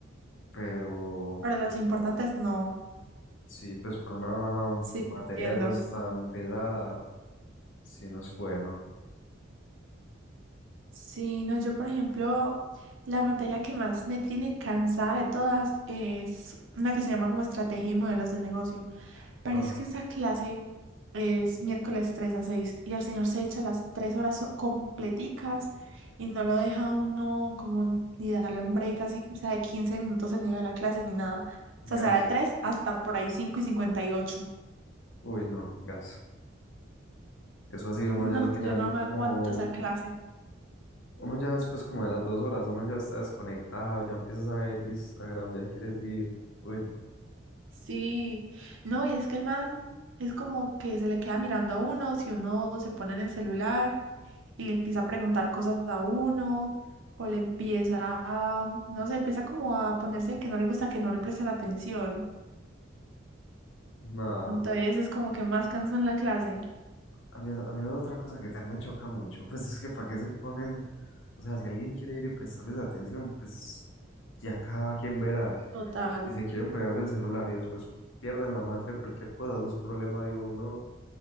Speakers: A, on the left; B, on the right.
A: pero,
B: Pero
A: uy,
B: las importantes
A: no.
B: no.
A: Sí, pues para una
B: Sí,
A: materia
B: entiendo.
A: de esas tan pesada, sí no es bueno.
B: Sí, no, yo por ejemplo, la materia que más me tiene cansada de todas es una que se llama como estrategia y modelos de negocio. parece
A: Ajá.
B: que esa clase es miércoles 3 a 6 y el señor se echa las tres horas so- completicas y no lo deja uno como ni darle un break así, o sea, de 15 minutos en medio de la clase ni nada. O sea,
A: Gas.
B: sea de 3 hasta por ahí cinco y cincuenta y ocho
A: Uy, no, gas. Eso así, uno
B: No,
A: ya al final
B: yo no me aguanto
A: como,
B: esa clase.
A: uno ya después como de las dos horas, uno ya está desconectado, ya empiezas a ver Instagram, ya quieres ir. Uy, no.
B: Sí, no, y es que el man es como que se le queda mirando a uno, si uno se pone en el celular y le empieza a preguntar cosas a uno, o le empieza a, no sé, empieza como a ponerse que no le gusta que no le presten atención.
A: Nada.
B: Entonces es como que más cansón la clase.
A: A mí, a mí es otra cosa que también me choca mucho. Pues es que para qué se ponen, o sea, si alguien quiere ir y prestarles atención, pues ya cada quien verá.
B: Total.
A: Si se quieren pegar del celular y después pierden la matria o cualquier cosa, eso es problema de uno.